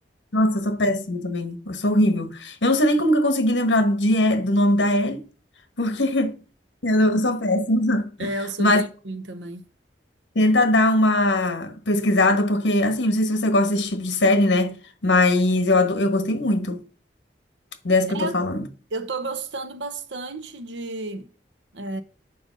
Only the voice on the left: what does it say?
nossa, eu sou péssima também, eu sou horrível. Eu não sei nem como que eu consegui lembrar de, E- do nome da Ellie, porque <laughs> eu, não- eu sou péssima.
Mas
tenta dar uma pesquisada, porque, assim, não sei se você gosta desse tipo de série, né? Mas eu, ado- eu gostei muito dessa
que eu tô falando.